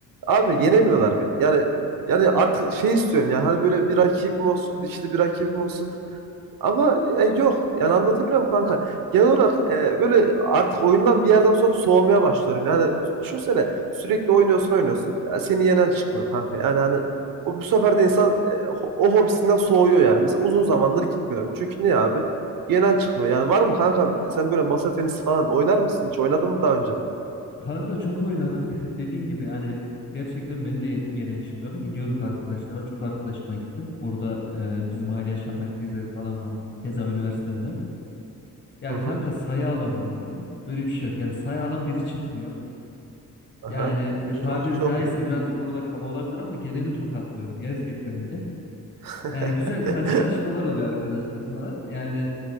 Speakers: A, on the right; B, on the left.
A: Abi yenemiyorlar beni. Yani yani artık şey istiyorum yani hani böyle bir rakibim olsun, dişli bir rakibim olsun. Ama e, yok. Yani anlatabiliyor muyum kanka? Genel olarak e, böyle artık oyundan bir yerden sonra soğumaya başlıyorum. Yani düşünsene sürekli oynuyorsun oynuyorsun. Ya Seni yenen çıkmıyor kanka. Yani hani o, bu sefer de insan e, ho- o hobisinden soğuyor yani. Mesela uzun zamandır gitmiyorum. Çünkü niye abi? Yenen çıkmıyor. Yani var mı kankam sen böyle masa tenisi falan oynar mısın hiç? Oynadın mı daha önce?
B: Kanka çok oynadım. Dediğin gibi hani gerçekten beni de yenen çıkmıyordu. Gidiyorduk arkadaşlara. Çok arkadaşıma gittim. Burada e, bizim aile yaşam merkezleri falan var. Keza üniversitemde. Ya
A: Hı hı.
B: kanka sayı alamıyorlar ya. Öyle bir şey yok. Yani sayı alan biri çıkmıyor. Yani
A: Aha.
B: e,
A: Çok
B: tabiri
A: çok
B: caizse
A: iyi.
B: biraz burada kaba olabilir ama geleni tokatlıyorum. Gerçekten öyle.
A: <laughs>
B: E, güzel karşılaşmalar oluyor arkadaşlarımla da. Yani